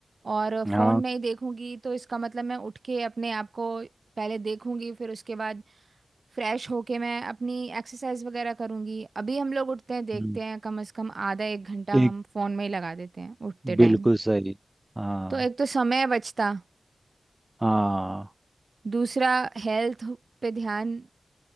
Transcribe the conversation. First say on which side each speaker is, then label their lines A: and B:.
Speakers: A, on the right (about 50°); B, on the right (about 15°).
A: और फ़ोन
B: हाँ
A: नहीं देखूंगी तो इसका मतलब मैं उठ के अपने आप को पहले देखूंगी फिर उसके बाद फ्रेश होके मैं अपनी एक्सरसाइज वगैरह करूंगी अभी हम लोग उठते हैं देखते
B: हम्म,
A: हैं कम से कम आधा एक घंटा
B: एक
A: हम फ़ोन में ही लगा देते हैं उठते टाइम
B: बिल्कुल सही हाँ
A: तो एक तो समय बचता
B: हाँ
A: दूसरा हेल्थ पे ध्यान